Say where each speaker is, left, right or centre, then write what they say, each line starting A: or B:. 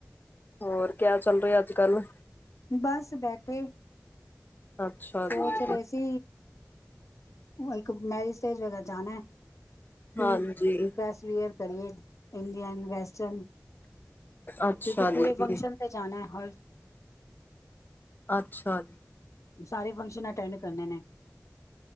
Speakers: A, on the left (about 35°); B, on the left (about 70°).
A: ਹੋਰ ਕਿਆ ਚੱਲ ਰਿਹਾ ਅੱਜ ਕੱਲ?
B: ਬਸ ਬੈਠੇ
A: ਅੱਛਾ
B: ਸੋਚ
A: ਜੀ
B: ਰਹੇ ਸੀ, ਇੱਕ ਮੈਰਿਜ ਤੇ ਵਗੈਰਾ ਜਾਣਾ ਕਿ
A: ਹਾਂਜੀ
B: ਡਰੈਸ ਵੀਅਰ ਕਰੀਏ ਇੰਡੀਅਨ ਵੈਸਟਰਨ
A: ਅੱਛਾ
B: ਕਿਉਂਕਿ
A: ਜੀ
B: ਪੂਰੇ ਫੰਕਸ਼ਨ ਤੇ ਜਾਣਾ ਹਰ <inaudible> ਆਡੀਓ ਖਾਲੀ ਹੈ।
A: ਅੱਛਾ,
B: ਸਾਰੇ ਫੰਕਸ਼ਨ ਅਟੈਂਡ ਕਰਨੇ ਨੇ